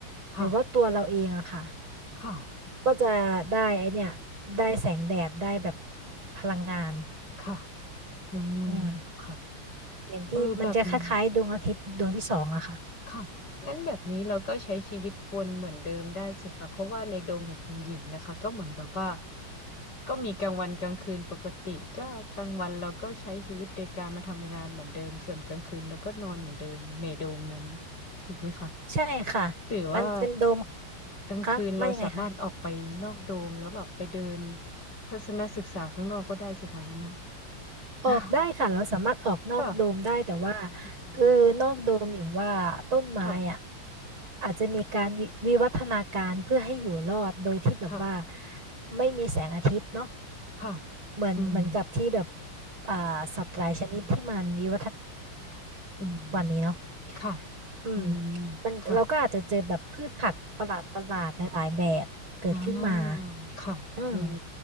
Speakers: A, on the left; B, on the right.
A: ค่ะ
B: หรือว่าตัวเราเองอะค่ะ
A: ค่ะ
B: ก็จะได้ไอเนี่ยได้แสงแดดได้แบบพลังงาน
A: ค่ะอืม
B: อืม
A: ค่ะ
B: อย่างที่มันจะคล้ายๆดวงอาทิตย์ดวงที่สองอะค่ะ
A: เออแบบนี้ค่ะงั้นแบบนี้เราก็ใช้ชีวิตวนเหมือนเดิมได้สิคะเพราะว่าในโดมของคุณหญิงนะคะก็เหมือนแบบว่าก็มีกลางวันกลางคืนปกติก็กลางวันเราก็ใช้ชีวิตโดยการมาทำงานเหมือนเดิมส่วนกลางคืนเราก็นอนเหมือนเดิมในโดมนั้นถูกไหมคะ
B: ใช่ค่ะ
A: หรือว่า
B: มันเป็นโดม
A: กลางคืนเราสามารถออกไปนอกโดมแล้วแบบไปเดิน
B: คะว่ายังไงคะ
A: ทัศนศึกษาข้างนอกก็ได้สิคะนั้นนะ
B: ออกได้ค่ะเราสามารถออกนอกโดมได้แต่ว่า
A: <laughs> ค่ะอืม
B: คือนอกโดมอย่างว่าต้นไม้อ่ะ
A: ค่ะ
B: อาจจะมีการวิวิวัฒนาการเพื่อให้อยู่รอดโดยที่แบบว่า
A: ค่ะ
B: ไม่มีแสงอาทิตย์เนาะ
A: ค่ะ
B: เหมือนเหมือนกับที่แบบ
A: อืม
B: อ่าสัตว์หลายชนิดที่มันอยู่
A: อืมค่ะ
B: นี่เนาะอืม
A: อืม
B: มันเราก็อาจจะเจอแบบพืชผักประหลาดประหลาดหลายๆแบบเกิดขึ้นมา
A: ค่ะอ่าค่ะอืม
B: อืม